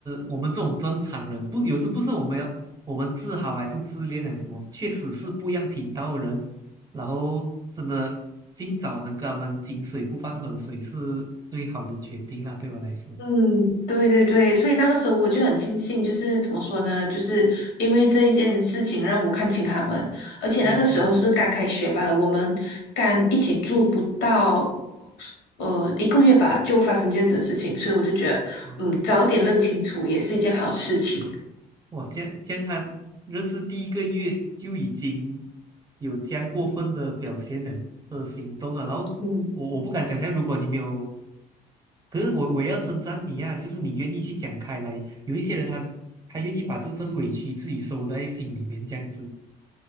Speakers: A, on the right (about 25°); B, on the left (about 85°).
A: 我们这种正常人，不，有时不是我们要我们自豪还是自恋还是什么，确实是不一样频道的人，然后真的尽早能跟他们井水不犯河水是最好的决定啦，对我来说。
B: 嗯，对对对，所以那个时候我就很庆幸，就是怎么说呢，就是因为这一件事情让我看清他们，而且那个时候是刚开学罢了，
A: 嗯嗯，
B: 我们刚一起住不到呃一个月吧，就发生这样子的事情，所以我就觉得，
A: 哦，
B: 嗯，早点认清楚也是一件好事情。
A: 哇，这样这样看，认识第一个月就已经有这样过分的表现了的行动啊。然后我我不敢想象，
B: 嗯。
A: 如果你没有。可是我我也要称赞你啊，就是你愿意去讲开来。有一些人他他愿意把这份委屈自己收在心里面，这样子。